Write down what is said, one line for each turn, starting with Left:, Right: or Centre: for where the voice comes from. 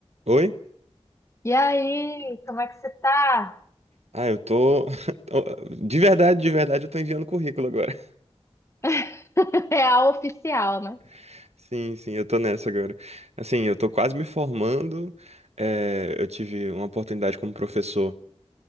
Right: Oi?
Left: E aí, como é que você tá?
Right: Ah, eu tô. <laughs> tô- De verdade, de verdade, eu tô enviando currículo agora.
Left: <laughs> É a oficial, né?
Right: <laughs> Sim, sim, eu tô nessa agora. Assim, eu tô quase me formando. É, eu tive uma oportunidade como professor